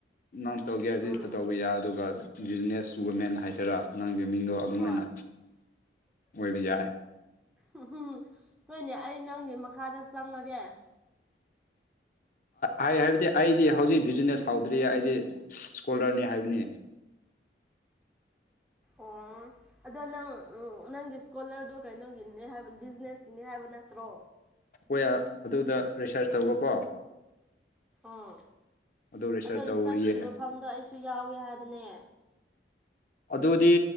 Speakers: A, on the left; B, in the centre.
A: ꯅꯪ ꯇꯧꯒꯦ ꯍꯥꯏꯗꯤ
B: ꯎꯝ
A: ꯇꯧꯕ ꯌꯥꯏ ꯑꯗꯨꯒ ꯕꯤꯖꯤꯅꯦꯁ ꯆꯨꯕꯃꯦꯟ ꯍꯥꯏꯁꯤꯔꯥ ꯅꯪꯒꯤꯦ ꯃꯤꯡꯗꯣ ꯑꯗꯨꯝꯃꯥꯏꯅ
B: ꯍꯣꯏ
A: ꯑꯣꯏꯕ ꯌꯥꯏ
B: ꯎꯝ ꯎꯝ ꯍꯣꯏꯅꯦ ꯑꯩ ꯅꯪꯒꯤ ꯃꯈꯥꯗ ꯆꯪꯉꯒꯦ
A: ꯍꯥꯏ ꯍꯥꯏꯕꯗꯤ ꯑꯩꯗꯤ ꯍꯧꯖꯤꯛ ꯕꯤꯖꯤꯅꯦꯁ ꯍꯥꯎꯗ꯭ꯔꯤ ꯑꯩꯗꯤ ꯏꯁꯀꯣꯂꯔꯅꯤ ꯍꯥꯏꯕꯅꯤ
B: ꯑꯣꯨꯡ ꯑꯗꯣ ꯅꯪ ꯅꯪꯒꯤ ꯏꯁꯀꯣꯂꯔꯗꯣ ꯀꯩꯅꯣꯒꯤꯅꯦ ꯍꯥꯏꯕ ꯕꯤꯖꯤꯅꯦꯁꯀꯤꯅꯦ ꯍꯥꯏꯕ ꯅꯠꯇ꯭ꯔꯣ
A: ꯑꯩꯈꯣꯏ ꯑꯗꯨꯗ ꯔꯤꯁꯥꯔꯁ ꯇꯧꯕꯀꯣ
B: ꯑꯥ
A: ꯑꯗꯨ ꯔꯤꯁꯔꯁ
B: ꯑꯗꯣ ꯔꯤꯁꯔꯁꯀꯤ
A: ꯇꯧꯔꯤꯌꯦ
B: ꯃꯐꯝꯗꯣ ꯑꯩꯁꯨ ꯌꯥꯎꯋꯦ ꯍꯥꯏꯕꯅꯦ
A: ꯑꯗꯨꯗꯤ